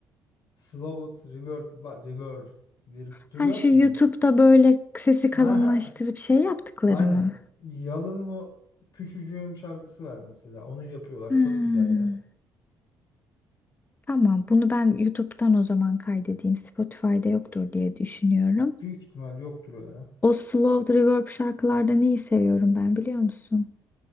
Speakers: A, on the left; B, on the left.
A: Slow It Reverb var. Reverb. Vir-
B: Ha
A: Reverb
B: şu YouTube'da
A: mü?
B: böyle sesi
A: Ha,
B: kalınlaştırıp şey yaptıkları
A: aynen.
B: mı?
A: Yalın'ın o küçücüğüm şarkısı var mesela. Onu yapıyorlar.
B: Hmm.
A: Çok güzel ya.
B: Tamam, bunu ben YouTube'dan o zaman kaydedeyim. Spotify'da yoktur diye düşünüyorum.
A: Büyük ihtimal yoktur o ya.
B: O slow reverb şarkılarda neyi seviyorum ben biliyor musun?